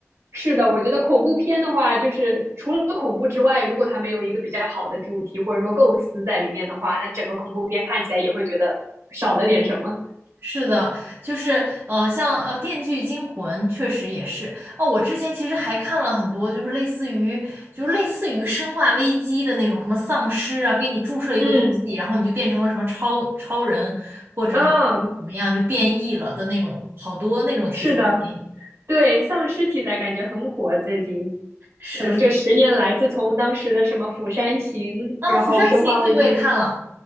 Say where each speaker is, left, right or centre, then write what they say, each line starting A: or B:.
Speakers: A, on the right; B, on the right.
A: 是的，我觉得恐怖片的话，就是除了恐怖之外，如果它没有一个比较好的主题或者说构思在里面的话，那整个恐怖片看起来也会觉得少了点什么。
B: 是的，就是呃，像呃《电锯惊魂》确实也是哦。我之前其实还看了很多，就是类似于就是类似于《生化危机》的那种什么丧尸啊，给你注射一个东西，
A: 嗯，
B: 然后你就变成了什么超超人，或者你可以怎么样就变异了的那种，
A: 啊、
B: 好多那种题材的电影。
A: 是的，对，丧尸题材感觉很火，最近
B: 是是
A: 可能这十年来，自从当时的什么《釜山行》，
B: 啊，
A: 然后《生化危机》，
B: 《釜山行》对我也看了，